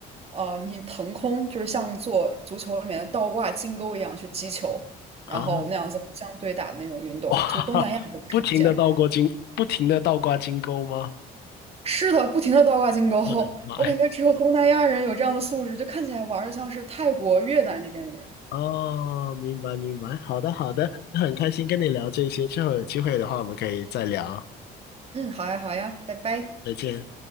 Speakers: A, on the right (about 35°); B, on the left (about 75°).
A: 呃，你腾空，就是像做足球里面的倒挂金钩一样去击球，
B: 啊？
A: 然后那样子互相对打的那种运动，
B: 哇，
A: 就东南亚比较常见。
B: <laughs> 不停的倒挂金，不停的倒挂金钩吗？
A: 是的，不停的倒挂金钩，
B: 我的妈呀！
A: 我感觉只有东南亚人有这样的素质，就看起来玩的像是泰国、越南那边的人。
B: 哦，明白明白，好的好的，那很开心跟你聊这些，之后有机会的话我们可以再聊，
A: 嗯，好呀，好呀，拜拜。
B: 再见。